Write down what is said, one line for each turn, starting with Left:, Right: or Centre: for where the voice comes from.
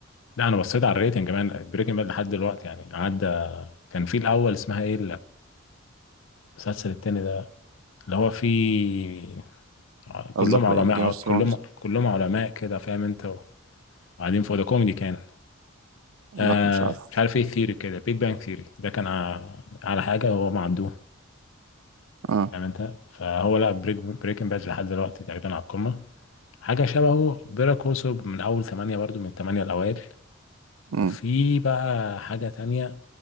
Left: لا انا بصيت على الريتنج كمان بريكنج باد لحد دلوقتي يعني عدى كان في الاول اسمها ايه المسلسل التاني ده اللي هو فيه
Right: قصدك
Left: كلهم علماء
Right: على ايه جيم اوف
Left: كلهم
Right: ثرونز
Left: كلهم علماء كده فاهم انت وقاعدين فوق ده كوميدي كان
Right: لا
Left: آه
Right: مش عارف
Left: مش عارف ايه ثيري كده بيج بانج ثيري ده كان ع- على حاجه هو ما عندوش
Right: آه.
Left: فاهم انت فهو لا بريك بريكنج باد لحد دلوقتي تقريبا على القمه حاجه شبهه بيرا كورسو من اول ثمانية برضو من الثمانية الاوائل
Right: امم
Left: وفي بقى حاجه تانية